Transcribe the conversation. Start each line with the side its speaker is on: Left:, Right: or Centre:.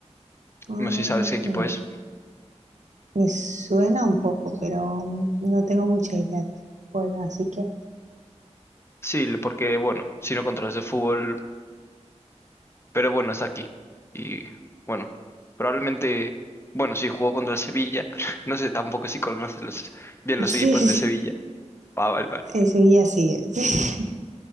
Right: Mm,
Left: No sé si sabes qué equipo
Right: no,
Left: es.
Right: me suena un poco, pero mm, no tengo mucha idea de fútbol, así que
Left: Sí, le- porque bueno, si no controlas el fútbol, pero bueno, está aquí. Y bueno, probablemente, bueno, sí, jugó contra Sevilla. <laughs> No sé tampoco si conoces los- bien
Right: <laughs>
Left: los
Right: sí,
Left: equipos
Right: sí,
Left: de Sevilla. Ah, vale, vale.
Right: sí, el Sevilla sí. <laughs> sí.